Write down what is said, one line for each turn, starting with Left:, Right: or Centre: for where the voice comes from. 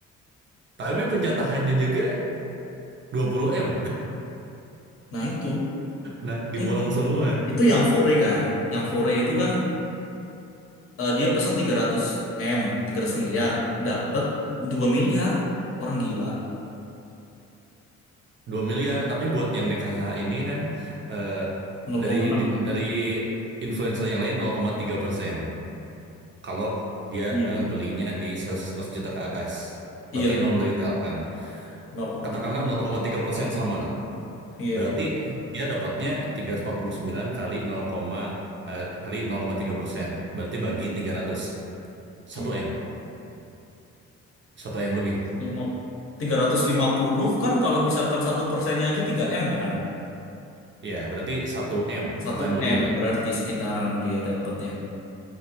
Right: tapi penjatahannya juga dua puluh m
Left: Nah itu,
Right: nah diborong
Left: Hmm,
Right: semua
Left: itu yang fore kan. Yang fore itu kan eh, dia pesen tiga ratus m 300 miliar. Dapat dua miliar. Orang gila.
Right: dua miliar tapi buat yang DKH ini kan eh,
Left: Nol
Right: dari
Left: koma enam ya.
Right: dari influencer yang lain nol koma tiga persen kalau dia
Left: Iya.
Right: eh, belinya di 100 juta ke atas
Left: Iya,
Right: berarti non retail kan
Left: Nol koma
Right: katakanlah
Left: tiga.
Right: 0,3 persen sama.
Left: Iya,
Right: Berarti dia dapatnya 349 kali 0, eh, kali 0,3 persen. Berarti bagi 300.
Left: iya.
Right: 1M. satu m satu M lebih.
Left: Lima- Tiga ratus lima lima puluh kan kalau misalkan satu persennya aja tiga m kan.
Right: Ya, berarti satu m
Left: Satu
Right: satu m
Left: M
Right: lebih lah.
Left: berarti sekitaran dia dapatnya.